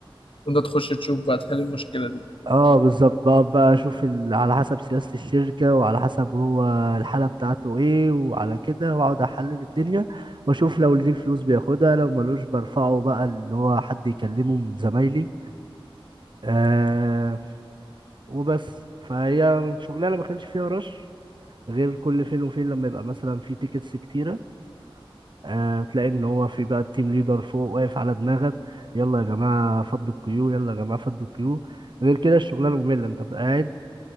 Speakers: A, on the left; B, on the right.
A: وانت تخش تشوف بقى تحل المشكله دي
B: اه بالظبط بقعد بقى اشوف ال... على حسب سياسة الشركة وعلى حسب هو الحالة بتاعته ايه وعلى كده واقعد احلل الدنيا واشوف لو ليه فلوس بياخدها لو ملوش برفعه بقى اللي هو حد يكلمه من زمايلي آه وبس فهي شغلانة ما كانش فيها رش غير كل فين وفين لما يبقى مثلا في تيكتس كتيرة آه تلاقي ان هو في بقى التيم ليدر فوق واقف على دماغك يلا يا جماعة فضوا القيود يلا يا جماعة فضوا القيود غير كده الشغلانة مملة انت بقى قاعد